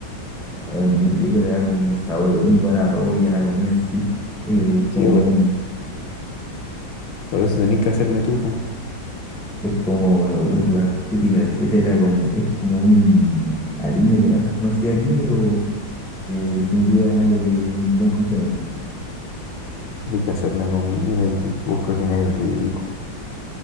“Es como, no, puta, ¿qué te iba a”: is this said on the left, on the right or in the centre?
Centre